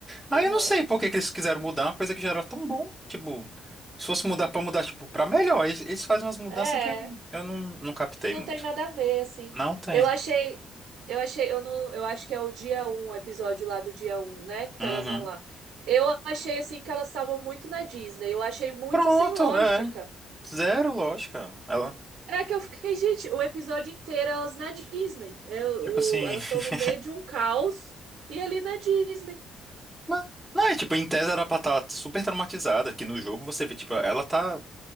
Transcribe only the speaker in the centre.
Aí
eu não sei por que que eles quiseram mudar uma coisa que já era tão bom, tipo, se fosse mudar pra mudar, tipo, pra melhor, eles, eles fazem umas mudanças
que eu, eu não, não captei
muito.
Não tem.
Uhum.
Pronto,
é. Zero lógica. Ela,
tipo assim.
<laughs>
Não, não, é tipo, em tese era pra estar super traumatizada, que no jogo você vê, tipo, ela tá.